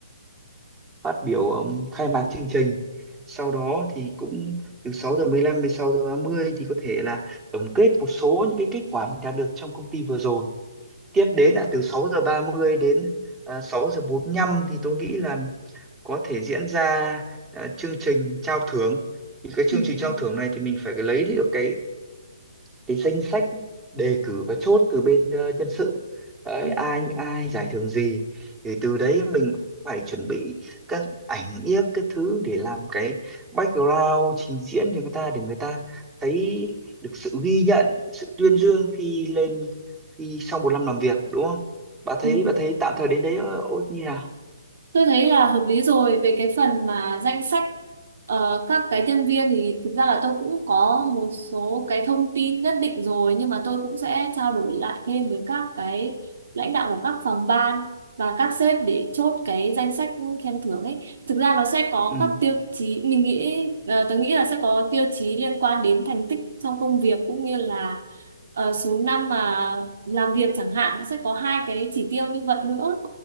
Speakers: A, on the right (about 15°); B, on the right (about 65°).
A: phát biểu um, khai mạc chương trình sau đó thì cũng từ 6 giờ 15 đến 6 giờ 30 thì có thể là tổng kết một số những cái kết quả mình đạt được trong công ty vừa rồi tiếp đến
B: ừ,
A: là từ 6 giờ 30 đến uh, 6 giờ 45 thì tôi nghĩ là có thể diễn ra à, chương trình trao thưởng thì cái chương
B: Ừ.
A: trình trao
B: ừ,
A: thưởng này thì mình phải lấy được cái cái danh sách đề cử và chốt từ bên ờ, nhân sự đấy,
B: ừ,
A: ai những ai giải thưởng gì thì từ đấy mình cũng phải chuẩn bị các ảnh yếc các thứ để làm cái background trình diễn cho người ta để người ta thấy được sự ghi nhận sự tuyên dương khi lên khi sau một năm làm việc đúng không bà thấy
B: ừ.
A: bà thấy tạm thời đến đấy ờ, ô như nào
B: Tôi thấy là hợp lý rồi về cái phần mà danh sách ờ, các cái nhân viên thì thực ra là tôi cũng có một số cái thông tin nhất định rồi nhưng mà tôi cũng sẽ trao đổi lại thêm với các cái lãnh đạo của các phòng ban và các sếp để chốt cái danh sách khen thưởng ấy. Thực ra nó sẽ có
A: ừ
B: các tiêu chí mình nghĩ ờ, tôi nghĩ là sẽ có tiêu chí liên quan đến thành tích trong công việc cũng như là ờ, số năm mà làm việc chẳng hạn nó sẽ có hai cái chỉ tiêu như vậy nữa